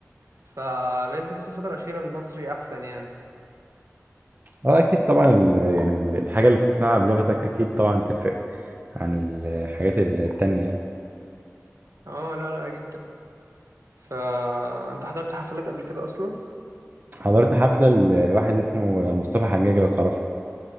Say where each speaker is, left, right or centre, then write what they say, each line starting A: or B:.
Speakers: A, on the right; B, on the right.
A: فبقيت بحس الفترة الأخيرة المصري أحسن يعني
B: اه اكيد طبعا ال... يعني ال- الحاجة اللي بتسمعها بلغتك اكيد طبعا تفرق عن الحاجات التانية يعني
A: اه لا لا جدا فأنت حضرت حفلات قبل كده أصلا؟
B: حضرت حفلة لواحد اسمه مصطفى حجاج لو تعرفه